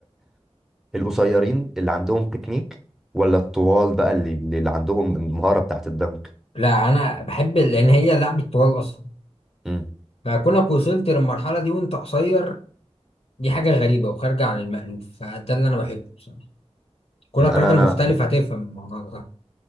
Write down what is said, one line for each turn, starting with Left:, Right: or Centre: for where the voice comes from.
Centre: القصيرين اللي عندهم تكنيك ولا الطوال بقى اللي, اللي عندهم المهارة بتاعت الدنك
Left: لا انا بحب لان هي لعبه طوال اصلا
Centre: مم.
Left: فكونك وصلت للمرحله دي وانت قصير دي حاجه غريبه وخارجه عن المألوف فده اللي انا بحبه بصراحه كونك
Centre: انا
Left: راجل
Centre: انا
Left: مختلف
Centre: أنا-
Left: هتفهم الموضوع ده